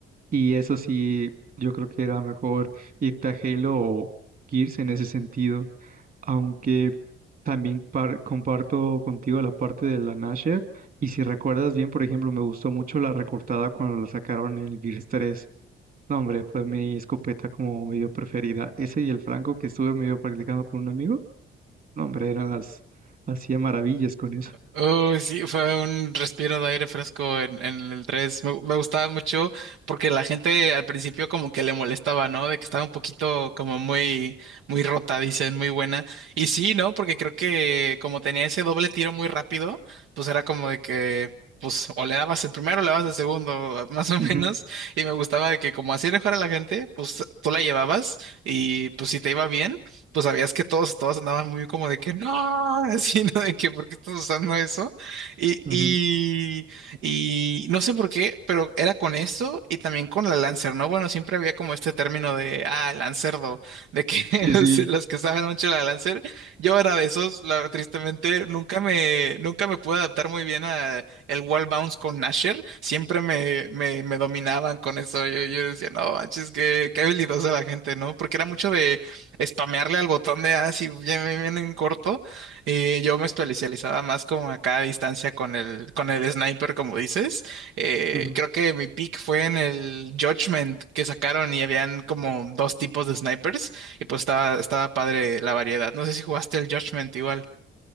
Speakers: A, on the right; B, on the right.
A: Y eso sí, yo creo que era mejor irte a Halo o Gears en ese sentido, aunque también par- comparto contigo la parte de la Nasher. Y si recuerdas bien, por ejemplo, me gustó mucho la recortada cuando la sacaron en el Gears tres no, hombre, fue mi escopeta como medio preferida. Ese y el franco que estuve medio practicando con un amigo. No, hombre, eran las... Hacía maravillas con eso.
B: Uy, sí, fue un respiro de aire fresco en, en el tres Me, me gustaba mucho porque la gente al principio como que le molestaba, ¿no? De que estaba un poquito como muy, muy rota, dicen, muy buena. Y sí, ¿no? Porque creo que como tenía ese doble tiro muy rápido, pues era como de que, pues, o le dabas el primero o le dabas el segundo, <laughs> más o menos.
A: Ujú,
B: Y me gustaba de que como así mejor a la gente, pues tú la llevabas y pues si te iba bien pues sabías que todos, todos andaban muy como de que no, <laughs> así, ¿no? De que ¿por qué estás usando eso? Y,
A: ujú.
B: y, y no sé por qué, pero era con eso y también con la Lancer, ¿no? Bueno, siempre había como este término de, ah, Lancerdo, de que <laughs>
A: Sí, sí.
B: sí, los que saben mucho de la Lancer, yo era de esos, la- tristemente, nunca me, nunca me pude adaptar muy bien a el wall bounce con Nasher, siempre me, me, me dominaban con eso, yo, yo decía, no, manches, qué, qué habilidosa la gente, ¿no? Porque era mucho de spamearle al botón de así bien, bien, bien en corto. Eh, yo me especializaba más como acá a distancia con el, con el sniper, como dices. Eh,
A: ujú.
B: creo que mi pick fue en el Judgment que sacaron y habían como dos tipos de snipers y pues estaba, estaba padre la variedad. No sé si jugaste el Judgment igual.